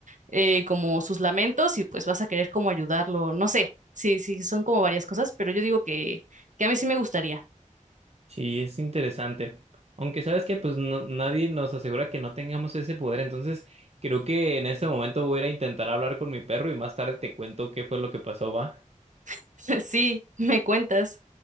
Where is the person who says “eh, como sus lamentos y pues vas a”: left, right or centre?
Right